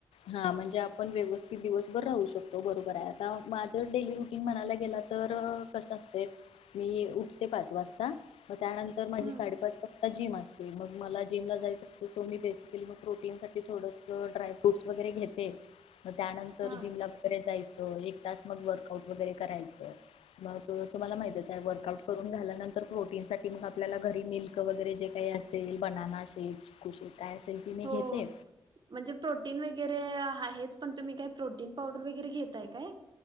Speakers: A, on the left; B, on the right.
A: हा म्हणजे आपण व्यवस्थित दिवसभर राहू शकतो बरोबर आहे आता माझं डेली रुटीन म्हणायला गेला तर अ कस असते मी उठते पाच वाजता त्यानंतर माजी
B: हम्म
A: साडेपाच वाजता जीम अ मंग मला जिमला जायच असतं तर मी बेसिकली मंग प्रोटीन साठी थोडस ड्राय फ्रुट्स वगैरे घेते मंग त्यानंतर
B: हा
A: जीमला <unintelligible> जाय अ एक तास मंग वर्कआउट वगैरे करायचं मंग तुम्हाला माहितच आहे वर्कआउट करून झाल्यानंतर प्रोटीन साठी मंग आपल्याला घरी मिल्क वगैरे जे काही असेल बनाना शेक चिकू शेक काय असेल ती मी
B: हो
A: घेते
B: म्हणजे प्रोटीन व्हय वगैरे आहेच पण तुम्ही काही प्रोटीन पावडर वगैरे घेतताय काय.